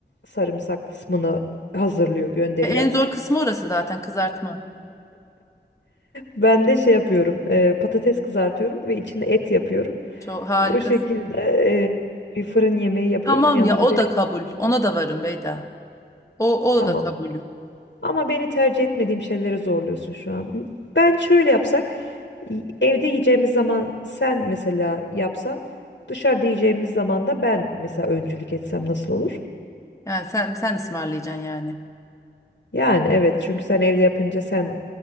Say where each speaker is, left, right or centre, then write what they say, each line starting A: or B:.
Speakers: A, on the left; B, on the left.
A: sarımsak kısmını hazırlıyor, gönderiyor.
B: E, en zor kısmı orası zaten kızartma.
A: Ben de şey yapıyorum, e, patates kızartıyorum ve içine et yapıyorum.
B: Çok harikasın.
A: O şekilde e, bir fırın yemeği yapıyoruz.
B: Tamam
A: Yanına
B: ya o
A: bir de
B: da kabul. Ona da varım Beyda. O, o
A: tamam.
B: da kabulüm.
A: Ama beni tercih etmediğim şeylere zorluyorsun şu an. Ben şöyle yapsak, y- evde yiyeceğimiz zaman sen mesela yapsan, dışarıda yiyeceğimiz zaman da ben mesela öncülük etsem nasıl olur?
B: Yani sen sen ısmarlayacaksın yani.
A: Yani evet çünkü sen evde yapınca sen